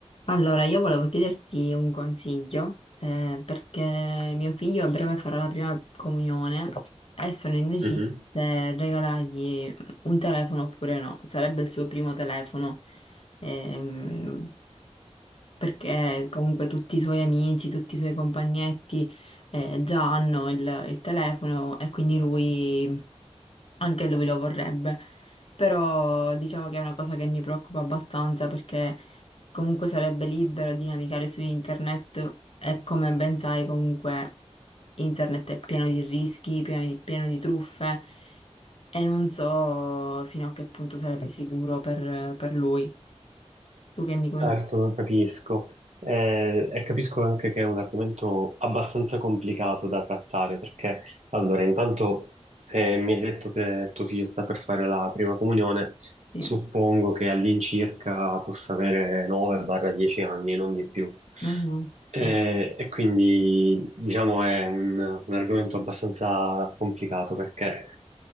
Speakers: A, on the left; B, on the right.
A: Allora, io volevo chiederti un consiglio, eh, perché mio figlio a breve farà la prima comunione e sono indecisa
B: Mhm.
A: se regalargli un telefono oppure no. Sarebbe il suo primo telefono, ehm, perché comunque tutti i suoi amici, tutti i suoi compagnetti, eh, già hanno il, il telefono e quindi lui, anche lui lo vorrebbe. Però diciamo che è una cosa che mi preoccupa abbastanza perché comunque sarebbe libero di navigare su internet e come ben sai comunque internet è pieno di rischi, pieno di, pieno di truffe e non so fino a che punto sarebbe sicuro per, per lui. Tu che mi consigli?
B: Certo, lo capisco. Eh, e capisco anche che è un argomento abbastanza complicato da trattare, perché allora, intanto, se mi hai detto che tuo figlio sta per fare la prima comunione,
A: Sì.
B: suppongo che all'incirca possa avere 9-10 anni, non di più.
A: Mhm, sì.
B: Eh, e quindi, diciamo, è un, un argomento abbastanza complicato, perché